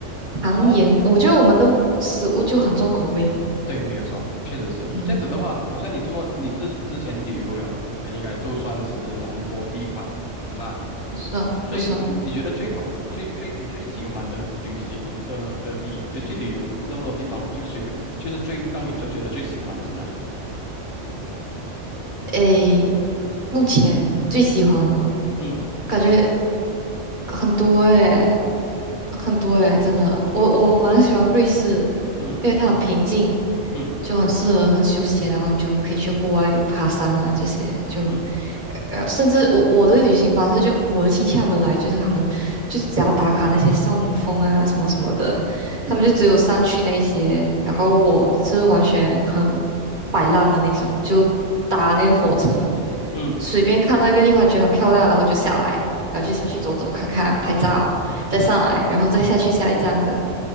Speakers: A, on the right; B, on the left.
A: 糖盐，
B: 然后。
A: 我觉得我们的食物就很重口味，
B: 对，没有错，确实是这样子的话，
A: 嗯，
B: 好像你这么你之之前旅游了，呃应该都算是蛮多地方啦。
A: 不算不算。
B: 所以你你觉得最好的、最最你最喜欢的旅行的的地，就去旅游那么多地方，就随便就是最让你都觉得最喜欢的是哪一个？
A: 诶，目前最喜欢哦，
B: 嗯
A: 感觉很多诶。很多诶，真的，我我蛮喜欢瑞士，
B: 嗯
A: 因为它很平静，
B: 嗯
A: 就很适合很休闲，然后你就可以去户外爬山啊这些，就
B: 嗯
A: 呃，甚至我我的旅行方式就我的亲戚他们来，就是他们就是只要打卡那些少女峰啊什么什么的，他们就只有上去那些，然后我是完全很摆烂的那种，就搭那个火车。
B: 嗯，
A: 随便看到一个地方觉得很漂亮，然后就下来，然后就下去走走看看，拍照，再上来，然后再下去下一站这样。